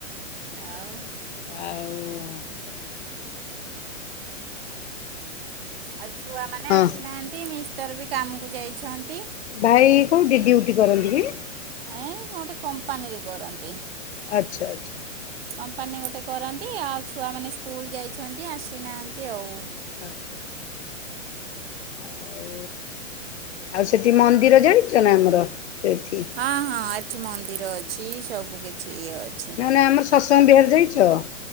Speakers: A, on the right; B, on the left.
A: ଆଉ
B: ଆଉ
A: ଆଉ ଛୁଆମାନେ
B: ହଁ।
A: ଆସିନାହାନ୍ତି। ମିଷ୍ଟର ବି କାମକୁ ଯାଇଛନ୍ତି।
B: ଭାଇ କୋଉଠି ଡ୍ୟୁଟି କରନ୍ତି କି?
A: ଏଁ ଗୋଟେ କମ୍ପାନୀରେ କରନ୍ତି।
B: ଆଚ୍ଛା ଆଚ୍ଛା
A: କମ୍ପାନୀ ଗୋଟେ କରନ୍ତି ଆଉ ଛୁଆମାନେ ସ୍କୁଲ ଯାଇଛନ୍ତି ଆସିନାହାନ୍ତି ଆଉ।
B: ଆଚ୍ଛା ଆଉ ଆଉ ସେଠି ମନ୍ଦିର ଜାଣିଚ ନା ଆମର ସେଇଠି।
A: ହଁ ହଁ ଏଠି ମନ୍ଦିର ଅଛି ସବୁ କିଛି ଇଏ ଅ
B: ନାଁ ନାଁ ଆମର ସତସଙ୍ଗ ବିହାର ଯାଇଚ?